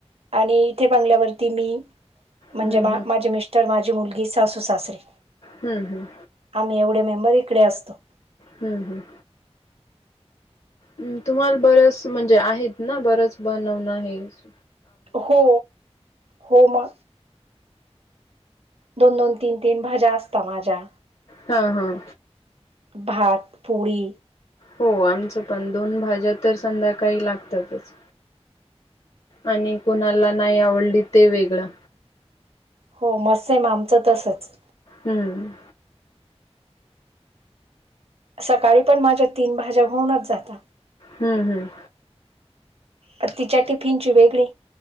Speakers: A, on the right (about 60°); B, on the left (about 60°).
A: आणि इथे बंगल्यावरती मी, म्हणजे
B: हम्म
A: मा-माझे
B: हम्म हम्म
A: मिस् टर, माझी मुलगी, सासू सासरे
B: हम्म हम्.
A: आम्ही एवढे मेंबर इकडे असतो.
B: हम् हम्. हम् तुम्हाला बरचस, म्हणजे आहेत ना, बरंच बनवणं हे स.
A: हो, हो म. दोन-दोन, तीन-तीन भाज्या असता माझ्या.
B: हं हां.
A: भात, पोळी.
B: हो आमचं पण, दोन भाज्या तर संध्याकाळी लागतातच. आणि कोणाला नाही आवडली, ते वेगळं.
A: हो म सेम आमचं तसच.
B: हम्म.
A: सकाळी पण माझ्या तीन भाज्या होऊनच जाता.
B: हम्म हम्म.
A: त तिच्या टिफिनची वेगळी.